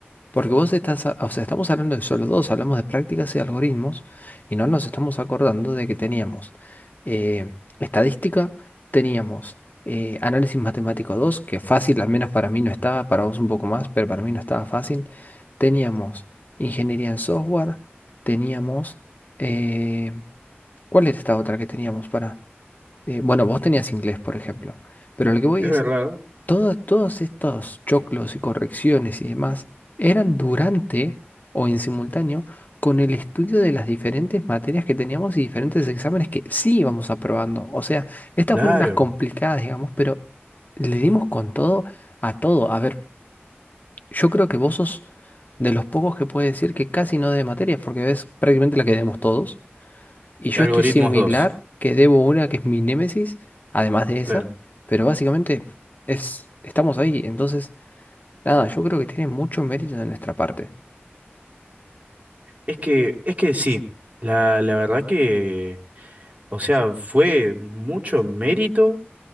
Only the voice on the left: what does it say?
Porque vos estás, a- o sea, estamos hablando de solo dos, hablamos de prácticas y algoritmos y no nos estamos acordando de que teníamos eh, estadística, teníamos eh, análisis matemático 2, que fácil, al menos para mí no estaba, para vos un poco más, pero para mí no estaba fácil. Teníamos ingeniería en software, teníamos... eh, ¿cuál era esta otra que teníamos para...? eh, bueno, vos tenías inglés, por ejemplo, pero lo que voy
es
todas- todos estos choclos y correcciones y demás eran durante o en simultáneo con el estudio de las diferentes materias que teníamos y diferentes exámenes que sí íbamos aprobando. O sea, estas
fueron las complicadas, digamos, pero le dimos con todo a todo. A ver, yo creo que vos sos de los pocos que puede decir que casi no de materias, porque ves prácticamente la que demos todos. Y yo
estoy similar,
que debo una que es mi némesis, además de esa,
pero básicamente es, estamos ahí, entonces, nada, yo creo que tiene mucho mérito de nuestra parte.